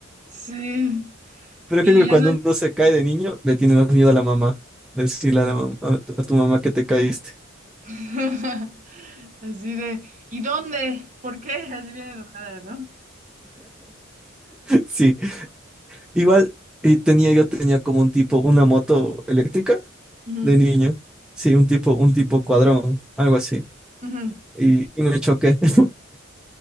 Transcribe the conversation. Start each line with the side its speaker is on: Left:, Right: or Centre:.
Right: Sí.
Centre: Pero
Right: Y
Centre: creo que
Right: ya
Centre: cuando
Right: no.
Centre: uno se cae de niño, le tiene más miedo a la mamá. Decirle a, la mam- a tu, a tu mamá que te caíste.
Right: <laughs> Así de, ¿y dónde? ¿Por qué? Así bien enojada, ¿no?
Centre: <laughs> Sí. Igual eh, tenía, yo tenía como un tipo, una moto eléctrica
Right: Ujú,
Centre: de niño. Sí, un tipo, un tipo cuadrón, algo así.
Right: ujú.
Centre: Y, y me choqué. <laughs>